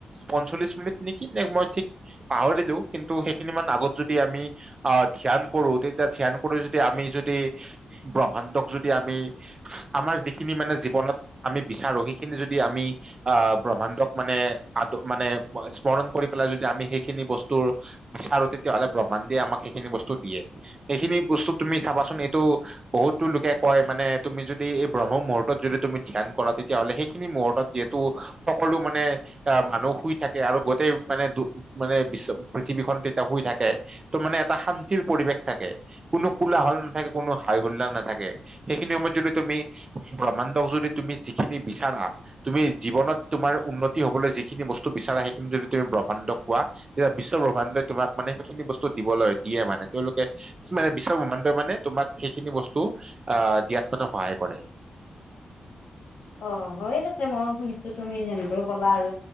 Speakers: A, on the right; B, on the left.
A: পঞ্চল্লিশ মিনিট নেকি, নে মই ঠিক পাহৰিলো। কিন্তু সেইখিনি মান আগত যদি আমি আ ধ্যান কৰোঁ, তেতিয়া ধ্যান কৰি যদি আমি যদি ব্ৰহ্মাণ্ডক যদি আমি, আমাৰ যিখিনি মানে জীৱনত আমি বিচাৰোঁ, সেইখিনি যদি আমি অ', ব্ৰহ্মাণ্ডক মানে আদ, মানে স্মৰণ কৰি পেলাই যদি আমি সেইখিনি বস্তুৰ বিচাৰোঁ, তেতিয়াহ'লে ব্ৰহ্মাণ্ডে আমাক সেইখিনি বস্তু দিয়ে, এইখিনি বস্তু তুমি চাবাচোন এইটো বহুতো লোকে কয় মানে তুমি যদি এই ব্ৰহ্ম মুহূৰ্তত যদি তুমি ধ্যান কৰা তেতিয়াহ'লে সেইখিনি মুহূৰ্তত যিহেতু সকলো মানে, আ, মানুহ শুই থাকে আৰু গোটেই মানে দু মানে বিশ্ব পৃথিৱীখন তেতিয়া শুই থাকে, ত' মানে এটা শান্তিৰ পৰিৱেশ থাকে। কোনো কোলাহল নাথাকে, কোনো হাই হোল্লাৰ নাথাকে। সেইখিনি সময়ত যদি তুমি, ব্ৰহ্মাণ্ডক যদি তুমি যিখিনি বিচাৰা তুমি জীৱনত তোমাৰ উন্নতি হবলৈ যিখিনি বস্তু বিচাৰা সেইখিনি যদি তুমি ব্ৰহ্মাণ্ড কোৱা তে বিশ্বব্ৰহ্মাণ্ডই তোমাক মানে সেইখিনি বস্তু দিবলৈ দিয়ে মানে, তেওঁলোকে মানে বিশ্ব ব্ৰহ্মাণ্ডই মানে তোমাক সেইখিনি বস্তু, আ, দিয়াত মানে সহায় কৰে।
B: অ', হয়, পিছে ময়ো শুনিছোঁ, তুমি যেনেকৈ ক'লা আৰু